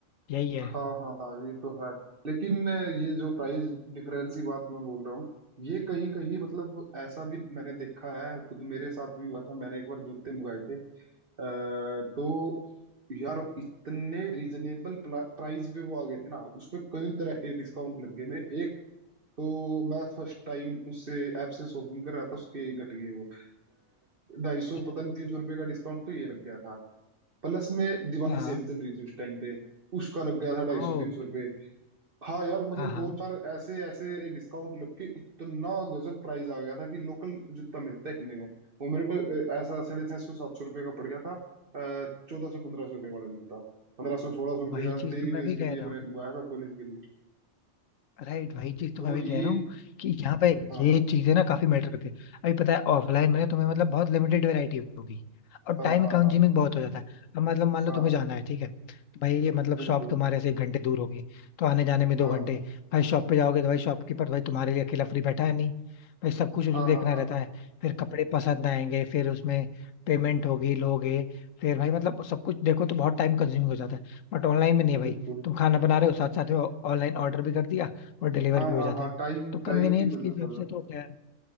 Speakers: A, on the left; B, on the right.
A: यही है
B: हाँ हाँ हाँ ये तो है लेकिन ये जो प्राइस डिफरेंस की बात मैं बोल रहा हूँ ये कहीं कहीं मतलब ऐसा भी मैंने देखा है खुद मेरे साथ भी हुआ था मैंने एक बार जूते मंगाए थे आ, तो यार इतने रीजनेबल प्राइस पे वो आ गए थे ना उसपे कई तरह के डिस्काउंट लग गए मैं एक तो मैं फर्स्ट टाइम उससे ऐप से शॉपिंग कर रहा था उसके घट गए वो ढाई सौ
A: अच्छा
B: पता नहीं तीन सौ रुपये का डिस्काउंट तो ये लग गया था प्लस में दिवाली
A: हाँ
B: सेल चल रही थी उस टाइम पे उसका लग गया था ढाई
A: ओ
B: सौ तीन सौ हाँ यार मतलब
A: हाँ हाँ
B: दो चार ऐसे ऐसे डिस्काउंट लग के इतना गजब प्राइस आ गया था कि लोकल जितना मिलता है इतने में वो मेरे को अ, ऐसा साढ़े छह सौ सात सौ रुपये का पड़ गया था चौदह सौ पंद्रह सौ रुपये वाला जूता पंद्रह सौ सोलह सौ रुपये
A: वही
B: का
A: चीज
B: डेली
A: तो मैं
B: वेज
A: भी कह
B: के लिए
A: रहा
B: मैंने
A: हूँ
B: मंगाया था कॉलेज के लिए
A: राइट वही चीज तो
B: तो
A: मैं भी
B: ये
A: कह रहा हूँ कि यहाँ पे
B: हाँ
A: ये
B: हाँ
A: चीजें ना काफी मैटर करती है अभी पता है ऑफलाइन में ना तुम्हें मतलब बहुत लिमिटेड वैरायटी होगी और
B: हाँ
A: टाइम
B: हाँ
A: कंज्यूमिंग
B: हाँ
A: बहुत हो जाता है अब मतलब मान लो
B: हाँ
A: तुम्हें जाना है ठीक है तो भाई ये मतलब
B: बिल्कुल
A: शॉप तुम्हारे से एक घंटे दूर होगी तो आने जाने में दो
B: हाँ
A: घंटे भाई शॉप पे जाओगे तो भाई शॉपकीपर भाई तुम्हारे लिए अकेला फ्री बैठा है नहीं भाई सब कुछ उसे
B: हाँ
A: देखना
B: हाँ हाँ
A: रहता है फिर कपड़े पसंद आएंगे फिर उसमें पेमेंट होगी लोगे फिर भाई मतलब सब कुछ देखो तो बहुत टाइम कंज्यूमिंग हो जाता है बट ऑनलाइन में नहीं है भाई
B: बिल्कुल
A: तुम खाना बना रहे हो साथ साथ में ऑनलाइन ऑर्डर भी कर दिया और डिलीवर
B: हाँ
A: भी हो
B: हाँ
A: जाता
B: हाँ
A: है
B: टाइम
A: तो कन्वीनियंस
B: टाइम की बचत
A: के हिसाब
B: हो जाती
A: से तो
B: है
A: खैर